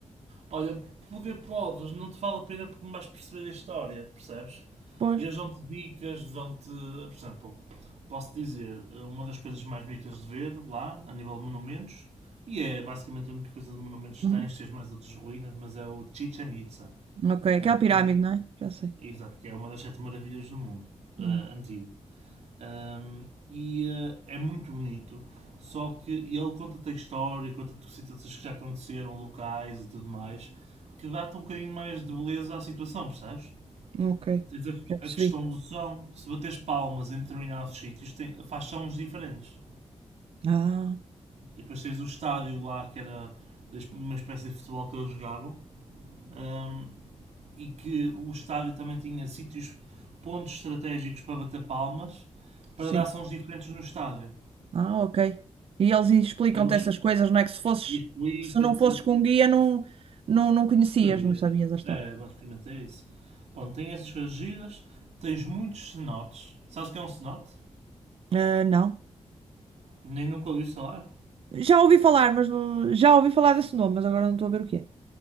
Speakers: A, on the right; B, on the right.
A: Olha, poder podes, não te vale a pena porque não vais perceber a história, percebes?
B: Pois.
A: Eles dão-te dicas, dão-te. Por exemplo, posso dizer, uma das coisas mais bonitas de ver lá, a nível de monumentos, e é basicamente a única coisa de monumentos que
B: Uhum.
A: tens, tens mais outras ruínas, mas é o Chichen Itza,
B: Ok, aquela
A: né?
B: pirâmide,
A: que, é,
B: não é? Já sei.
A: exato, que é uma das sete maravilhas do mundo, eh,
B: Hum,
A: antiga. Um, e uh, é muito bonito. Só que ele conta-te a história, conta-te situações que já aconteceram, locais e tudo mais, que dá-te um bocadinho mais de beleza à situação, percebes?
B: ok,
A: Tens a,
B: já percebi.
A: a questão do som, se bateres palmas em determinados sítios, tem, faz sons diferentes.
B: Ah,
A: E depois tens o estádio lá, que era uma espécie de futebol que eles jogavam, um, e que o estádio também tinha sítios, pontos estratégicos para bater palmas, para
B: sim.
A: dar sons diferentes no estádio.
B: Ah, ok. E eles explicam-te
A: E eles
B: essas coisas, não é? Que se fosses,
A: explica-te.
B: se não fosses
A: Não
B: com um guia, não, não, não conhecias,
A: sabias.
B: não sabias a história.
A: É, basicamente é isso. Bom, tem essas coisas giras, tens muitos cenotes. Sabes o que é um cenote?
B: Ah, não.
A: Nem nunca ouvi falar.
B: Já ouvi falar, mas não- já ouvi falar desse nome, mas agora não estou a ver o que é.